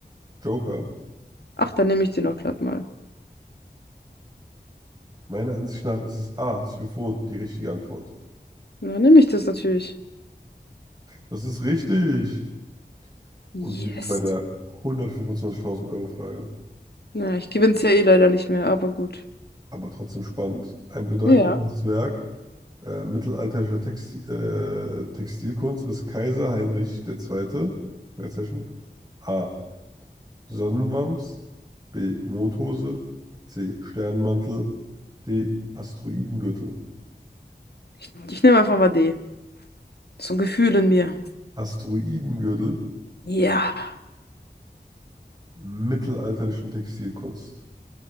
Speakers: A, on the right; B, on the left.
A: Joker.
B: Ach, dann nehme ich den auch glatt mal.
A: Meiner Ansicht nach ist es A. Xylophon die richtige Antwort.
B: Dann nehme ich das natürlich.
A: Das ist richtig.
B: Yes!
A: Und wir sind bei der 125.000 Euro Frage.
B: Na, ich gewinne es ja eh leider nicht mehr, aber gut.
A: Aber trotzdem spannend. Ein bedeutendes
B: Ja.
A: Werk Äh, mittelalterliche Texti äh, Textilkunst ist Kaiser Heinrich der Zweite. Fragezeichen. A. Sonnenwams. B. Mondhose. C. Sternmantel. D. Asteroidengürtel.
B: Ich, ich nehme einfach mal D. So ein Gefühl in mir.
A: Asteroidengürtel,
B: Ja.
A: mittelalterlichen Textilkunst.